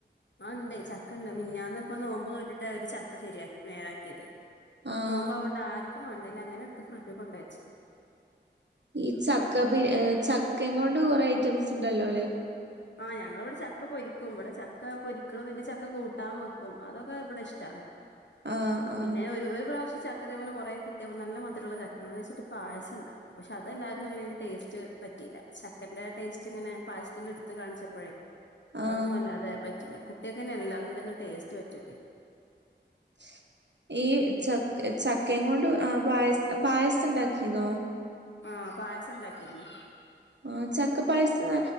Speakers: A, on the left; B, on the right.
A: ആ് ഉണ്ടായി ചക്ക ഉണ്ട മന്നന്ന ഇപ്പ നോമ്പ് കേട്ടിട്ട് അവര് ചക്ക ശരിയാി നേരാക്കിയത്
B: ആഹ്
A: നോമ്പ അുകൊണ്ട് ആർക്കും വേണ്ടേല അങ്ങനെ അടുത്ത് ഫ്രിഡ്ജ് കൊണ്ടുവെച്ചു
B: ഈ ചക്ക പി ചക്കയും കൊണ്ട് കുറെ ഐറ്റംസ് ഉണ്ടല്ലോ അല്ലെ
A: ആ ഞങ്ങളവിടെ ചക്ക പൊരിക്കും്പോടെ ച ഒക്ക പൊരിക്കണതിന്റെ ചക്ക കൂട്ടാൻ വെക്കും അതൊക്കെ ഇവിടെ ഇഷ്ടാണ്
B: ആഹ് ആഹ്
A: പിന്നെ ഒരു ഒരു പ്രാവശ്യം പക്ഷ ചക്കതേപലെ കുറേ കിട്ടിയപ്പോ നല്ല മധരുള്ള ചക്ക അത് വെച്ചി് പായം ഉണ്ടാക്കി പക്ഷ അ എല്ലാവർക്കും അനെൻ് ടേസ്റ്റ് പറ്റിയില്ല ചക്കന്റെ ടേസ്റ്റ് ഇങ്ങനെ പായസത്തിൽ എടുത്ത് കാണിച്ചപ്പോഴേ
B: ആഹ്
A: അതൊന്നുംമല്ലാതെ പില്ല കുട്ടികക്കെ എല്ലാതിറെ ഒന്നും ടേസ്റ്റ് പറ്റൂല്ലേ
B: <unintelligible> ഈ ച ചക്കയും കൊണ്ട് ആ പായസ പായസം ഉണ്ടാക്കിന്നോ
A: ആ പായസം ഇണ്ടാക്കിരുന്നു
B: ആ ചക്ക പായസം